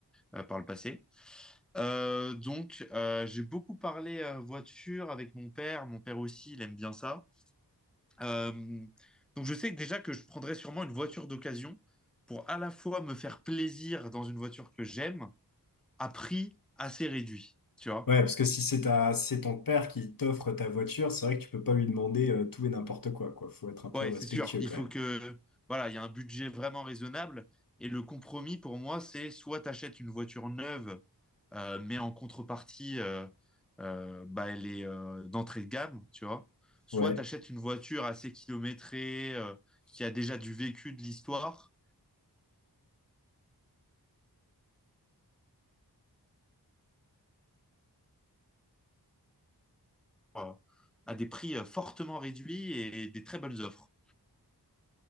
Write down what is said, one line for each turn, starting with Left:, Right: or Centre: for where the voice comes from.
Centre: euh, par le passé. Euh, donc, euh, j'ai beaucoup parlé euh, voiture avec mon père. Mon père aussi, il aime bien ça. Euh, donc je sais déjà que je prendrais sûrement une voiture d'occasion pour à la fois me faire plaisir dans une voiture que j'aime à prix assez réduit, tu vois.
Left: Ouais, parce que si c'est ta, si c'est ton père qui t'offre ta voiture, c'est vrai que tu peux pas lui demander euh, tout et n'importe quoi, quoi. Faut être un peu
Centre: Ouais,
Left: respectueux
Centre: c'est sûr, il
Left: quand
Centre: faut
Left: même.
Centre: que voilà, il y a un budget vraiment raisonnable et le compromis pour moi c'est soit t'achètes une voiture neuve euh, mais en contrepartie euh, euh, bah, elle est euh, d'entrée de gamme, tu vois. Soit
Left: Ouais.
Centre: t'achètes une voiture assez kilométrée euh, qui a déjà du vécu de l'histoire euh, à des prix euh, fortement réduits et des très bonnes offres.